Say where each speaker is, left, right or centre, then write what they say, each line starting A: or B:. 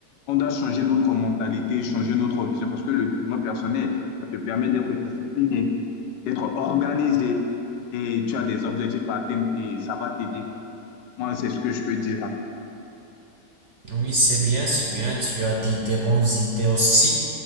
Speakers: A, on the left; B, on the right.
A: On doit changer notre mentalité, changer notre vision, parce que le développement personnel, ça te permet d'être discipliné, d'être organisé, et tu as des objectifs à atteindre, et ça va t'aider. quoi. Moi, c'est ce que je peux dire. hein.
B: Oui, c'est bien, c'est bien, tu as dit des bonnes idées aussi.